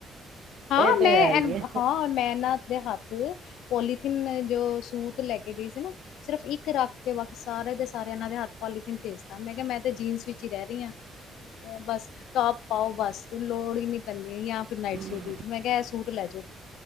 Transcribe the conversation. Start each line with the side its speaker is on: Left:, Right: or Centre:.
Left: ਹਾਂ
Right: ਇਹ ਤੇ
Left: ਮੈਂ
Right: ਹੈ ਹੀ ਹੈ
Left: ਹਾਂ ਮੈਂ ਨਾ ਦੇ ਹੱਥ ਪੋਲੀਥੀਨ ਜੋ ਸੂਟ ਲੈ ਕੇ ਗਈ ਸੀ ਨਾ ਸਿਰਫ਼ ਇੱਕ ਰੱਖ ਕੇ ਬਾਕੀ ਸਾਰੇ ਦੇ ਸਾਰੇ ਇਹਨਾਂ ਦੇ ਹੱਥ ਪੋਲੀਥੀਨ ਭੇਜਦਾ ਮੈਂ ਕਿਹਾ ਮੈਂ ਤੇ ਜੀਨਸ ਵਿੱਚ ਰਹਿ ਰਹੀ ਹਾਂ ਬਸ ਟੋਪ ਪਾਓ ਬਸ ਲੋੜ ਹੀ ਨਹੀਂੀ ਪੈਂਦੀ ਜਾਂ ਫਿਰ ਨਾਈਟ
Right: ਹਮ
Left: ਸੂਟ ਮੈਂ ਕਿਹਾ ਸੂਟ ਲੈ ਜਾਓ